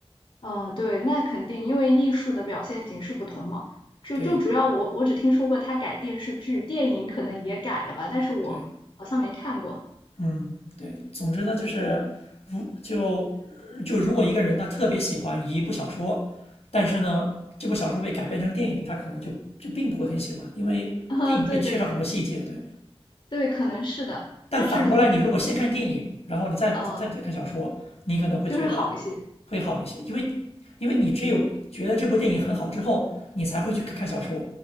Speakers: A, on the left; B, on the left.
A: 嗯，对，那肯定，因为艺术的表现形式不同嘛。就就主要我我只听说过他改电视剧，
B: 对
A: 电影可能也改了吧，但是我好像没看过。
B: 对，嗯，对，总之呢，就是如就就如果一个人他特别喜欢一部小说，但是呢，这部小说被改编成电影，他可能就就并不会很喜欢，因为电影会缺少很多细节。
A: <laughs> 啊、对对对
B: 对，
A: 对，可能是的。
B: 但反过来，
A: 但是如果你
B: 你如果先看电影，然后你再再再看小说，
A: 呃，
B: 你可能会觉得
A: 就会好一些。
B: 会好一些，因为因为你只有觉得这部电影很好之后，你才会去看看小说，